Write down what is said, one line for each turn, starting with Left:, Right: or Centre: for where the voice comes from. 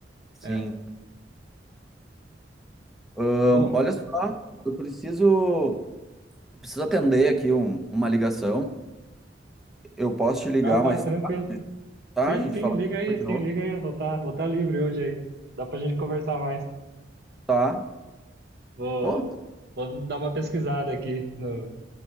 Centre: Sim.
Right: É.
Centre: Ahn,
Right: Bom,
Centre: olha só, eu preciso, preciso atender aqui um- uma ligação. Eu posso te ligar
Right: tá, tá,
Centre: mais
Right: tranquilo.
Centre: tarde, tá?
Right: Sim,
Centre: A gente
Right: sim,
Centre: fala
Right: liga aí,
Centre: depois de
Right: sim,
Centre: novo,
Right: liga aí. Eu vou estar vou tá livre hoje aí. Dá pra gente conversar mais.
Centre: tá?
Right: Vou,
Centre: Pô,
Right: vou dar uma pesquisada aqui no,